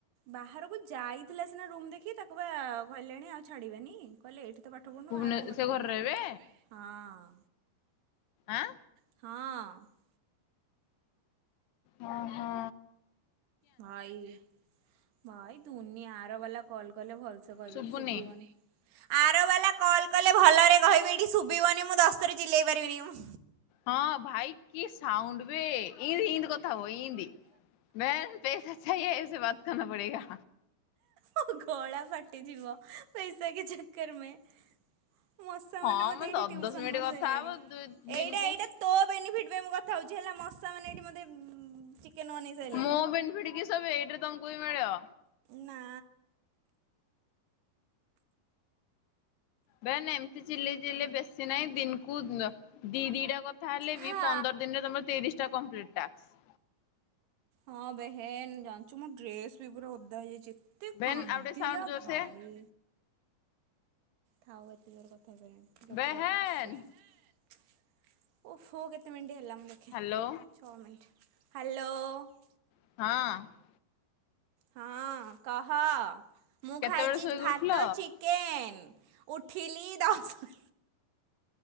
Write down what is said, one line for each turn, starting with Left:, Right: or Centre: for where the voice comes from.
Right: ବାହାରକୁ ଯାଇଥିଲା ସିନା ରୁମ ଦେଖି ତାକୁ ବା କହିଲେଣି ଆଉ ତାକୁ ଛାଡିବେନି କହିଲେ ଏଇଠି ତ।
Left: ଭୁବନେ ସେ ଘରେ
Right: <unintelligible>
Left: ରହିବେ
Right: ହଁ।
Left: ଆଁ।
Right: ହଁ।
Left: ହ ହଁ।
Right: ହଁ ଏଇ। ଭାଇ ଦୁନି ଆର ବାଲା କଲ୍ କଲେ ଭଲସେ କହିବେ
Left: ଶୁବୁନି
Right: ଏଠି ଶୁଭିବନି। ଆର ବାଲା କଲ୍ କଲେ ଭଲରେ କହିବି ଏଠି ଶୁଭିବନି ମୁଁ ଦଶଥର ଚିଲେଇ ପାରିବିନି ମ।
Left: ହଁ ଭାଇ କି ସାଉଣ୍ଡ ବେ ଇନ୍ତି ଇନ୍ତି କଥା ହବ ଇନ୍ତି। ମ୍ୟା ପଇସାଛ ଏଇେ ବାତ କରନା ପଡେଗା।
Right: ମୋ ଗଳା ଫାଟିଯିବ ପଇସା କି ଚକର ମେଁ। ମଶା
Left: ହଁ
Right: ମାନେ ମତେ
Left: ମ
Right: ଏଠି
Left: ଦ
Right: ଟିୟୁସନ୍
Left: ଦଶ ମିନିଟ୍
Right: କରି
Left: କଥା
Right: ସାରିଲାଣି
Left: ହବ ଦୁଇ ଦିନକୁ
Right: ଏଇଟା ଏଇଟା। ତୋ ବେନିଫ୍ଟ ପାଇଁ ମୁ କଥା ହଉଛି ହେଲା ମା ମାନେ ଏଠି। ଚିକେନ ବନେଇ ସାରିଲେଣି।
Left: ମୁଁ ବେନିଫିଟ କିସ ବେ ଏଟା ତମକୁ ହିଁ ବି ମିଳିବ।
Right: ନା।
Left: ବେ ଏମିତି ଚିଲେଇ ଚିଲେଇ ବେଶୀ ନାହିଁ ଦିନକୁ ଦି ଦି ଟା କଥା। ତାହେଲେ
Right: ହା
Left: ବି ପନ୍ଦର ଦିନରେ ତମର ତିରିଶ ଟା କମ୍ଲଟି ଟାସ୍କ।
Right: ହଁ ବେହେନ ଜାଣିଛୁ ମୁଁ ଡ୍ରେସ ବି ପୁରା ଓଦା ହେଇଯାଇଛି। ଏତେ
Left: ବେନ୍
Right: କାନ୍ଦିଲା
Left: ଆଉ ଟିକେ ସାଉଣ୍ଡ ଜୋରସେ
Right: ଭାଇ। ଥାଉ ଏତେ ଜୋର କଥା କଲେଣି ଲୋକ
Left: ବେହେନ୍
Right: ଆଗ ହସି। ଓ ହୋ କେତେ ମିନଟ୍ ହେଲା ମୁ।
Left: ହ୍ୟାଲୋ।
Right: ହ୍ୟାଲୋ।
Left: ହଁ।
Right: ହଁ କହ ମୁଁ
Left: କେତେବେଳେ
Right: ଖାଇଛି
Left: ଶୋଇକି
Right: ଭାତ
Left: ଉଠିଲ?
Right: ଚିକେ କେନ୍ ଉଠିଲି ଦଶ